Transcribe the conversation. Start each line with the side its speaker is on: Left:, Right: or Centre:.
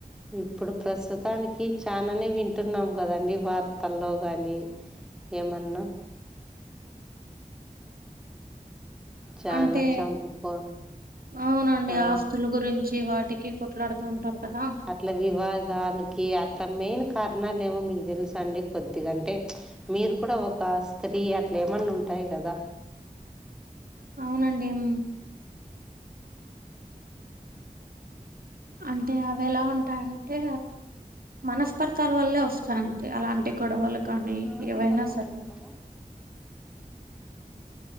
Centre: ఇప్పుడు ప్రస్తుతానికి చాననే వింటున్నాం కదండి వార్తల్లో కానీ ఏమన్నా చానా
Right: అంటే
Centre: చంపుకో
Right: అవునండి
Centre: ఆ
Right: ఆస్తుల గురించి వాటి టికి కొట్లాడుతూ ఉంటారు కదా
Centre: అట్లా వివాదానికి అట్ల మెయిన్ కారణాలు ఏమో మీకు తెలుస అండి కొద్దిగంటే మీరు కూడా ఒక స్త్రీ అట్లా ఏమన్నా ఉంటే అంటాయి కదా
Right: అవునండి మ్మ్ అంటే అవి ఎలా ఉంటాయంటే మనస్పర్థాల వల్లే వస్తయంటే అలాంటి గొడవలు కానీ
Centre: నార్మర్
Right: ఏవైనా
Centre: కాల్ మాట్లాడ్తనావా
Right: సరే